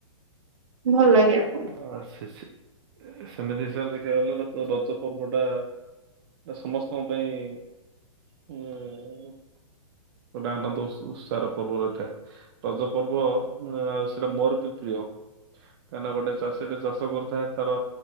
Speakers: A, on the right; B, on the right.
A: ଭଲ ଲାଗେ ଆ
B: ଆ ସେ ସେ ସେମିତି ତ ଦେଖିବାକୁ ଗଲେ ରଜ ପର୍ବଟା ସମସ୍ତଙ୍କ ପାଇଁ ଏଁ ଗୋଟେ ଆନନ୍ଦ ଉତ୍ସ ଉତ୍ସାହର ପର୍ବ ରହିଥାଏ। ରଜ ପର୍ବ ଆଉ ସେଇଟା ମୋର ବି ପ୍ରିୟ। କାହିଁନା ଗୋଟେ ଚାଷୀ ଟେ ଚାଷ କରୁଥାଏ ତାର